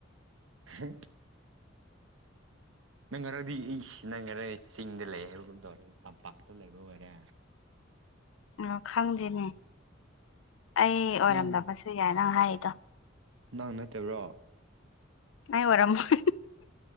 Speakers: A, on the right; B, on the left.
A: ꯍꯥ
B: <unintelligible>
A: ꯅꯪ ꯉꯔꯗꯤ ꯏꯁ ꯅꯪ ꯉꯔ ꯆꯤꯡꯗ ꯂꯩ ꯍꯥꯏꯕꯒꯨꯝ ꯇꯧꯔꯒ ꯇꯝꯄꯥꯛꯇ ꯂꯩꯕ ꯑꯣꯏꯔꯦ
B: ꯅꯣ ꯈꯪꯗꯦꯅꯦ ꯑꯩ ꯑꯣꯏꯔꯝꯗꯕꯁꯨ
A: ꯅꯪ
B: ꯌꯥꯏ ꯅꯪ ꯍꯥꯏꯔꯤꯗꯣ
A: ꯅꯪ ꯅꯠꯇꯥꯕ꯭ꯔꯣ
B: ꯑꯩ ꯑꯣꯏꯔꯝꯃꯣꯏ